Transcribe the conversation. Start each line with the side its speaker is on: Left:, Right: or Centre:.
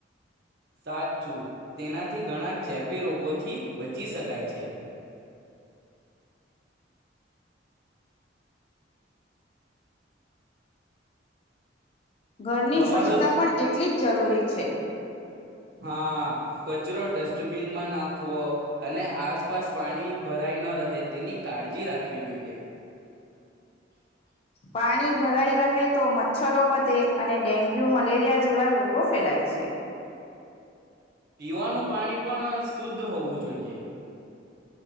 Right: સાચચું તેનાથી ઘણા ચેપી રોગોથી બચી શકાય છે.
Left: ઘરની
Right: તમારો
Left: સ્વચ્છતા પણ એટલી જ જરૂરી છે.
Right: હા કચરો ડસ્ટબીનમાં નાખવો અને આસપાસ પાણી ભરાઈ ન રહે તેની કાળજી રાખવી જોઈએ.
Left: પાણી ભરાઈ <unintelligible> તો મચ્છરો વધે અને ડેન્ગ્યુ મલેરિયા જેવા રોગો ફેલાય છે.
Right: પીવાનું પાણી પણ શુદ્ધ હોવું જોઈએ.